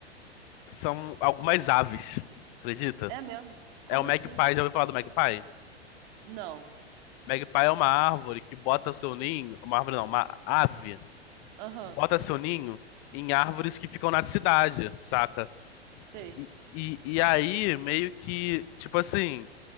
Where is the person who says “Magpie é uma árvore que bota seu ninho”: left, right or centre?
Left